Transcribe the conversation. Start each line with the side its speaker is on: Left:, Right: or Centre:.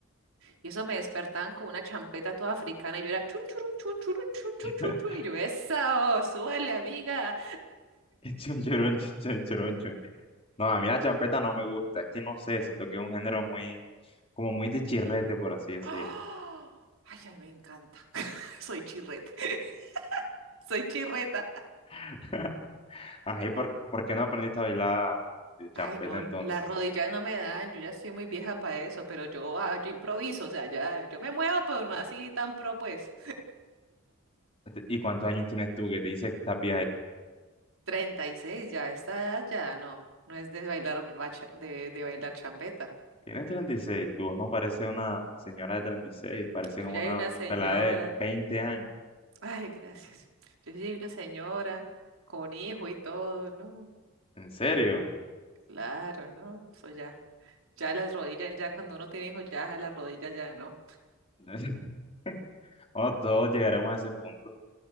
Right: Y eso me despertaban con una champeta toda africana y yo era chun churun chun churun chun chun
Left: <laughs>
Right: chun chun y yo eso, súbale amiga.
Left: Chon, chorón, chon, chon, chon. No, a mí la champeta no me gusta. Es que no sé, siento que es un género muy, como muy de chirrete, por así decirlo.
Right: ¡Ah! Ay, a mí me encanta. <laughs> Soy chirrete. <laughs> Soy chirreta.
Left: <laughs> Ajá, ¿y por, por qué no aprendiste a bailar de champeta
Right: Ay, no,
Left: entonces?
Right: las rodillas no me dan, yo ya estoy muy vieja para eso, pero yo, ah, yo improviso, o sea, ya, yo me muevo, pero no así tan pro, pues.
Left: ¿Y cuántos años tienes tú que te dice que estás vieja?
Right: treinta y seis ya, esta edad ya no, no es de bailar bacha- de, de bailar champeta.
Left: Tienes 36, tu voz no parece una señora de 36, parece
Right: Yo
Left: como
Right: ya
Left: una
Right: hay una señora.
Left: pelada de 20 años.
Right: Ay, gracias. Yo soy una señora con hijo y todo, ¿no?
Left: ¿En serio?
Right: Claro, ¿no? Eso ya. Ya las rodillas, ya cuando uno tiene hijos, ya las rodillas ya no.
Left: <laughs> Bueno, todos llegaremos a ese punto,